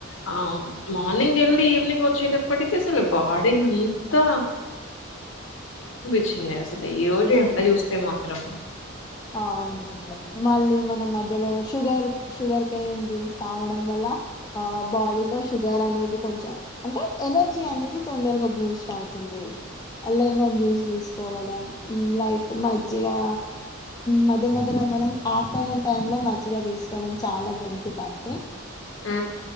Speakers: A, on the left; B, on the left.
A: ఆ మార్నింగ్ ఎళ్ళి ఈవినింగ్ వచ్చేట పటిక్ అసల్ బాడి అంతా చ్చింది అసలు ఈ రోజు ఎండ జూస్తే మాత్రం
B: అవును మళ్ళీ మన మధ్యలో షుగర్ షుగర్ కేన్ జ్యూస్ తాగడం వల్ల న ఆ బాడీ లో షుగర్ అనేది కొంచెం అంటే ఎనర్జీ అనేది తొందరగా బూస్ట్ అవు తుంది అల్ల ఏమన జ్యూస్ తీసుకోవడం లైక్ మజ్జిగా మధ్య మధ్యలో మనం ఆఫ్టర్నూన్ టైమ్ లో మజ్జిక తీసుకోవడం చాలా బెనిఫిట్ అండి,
A: ఆ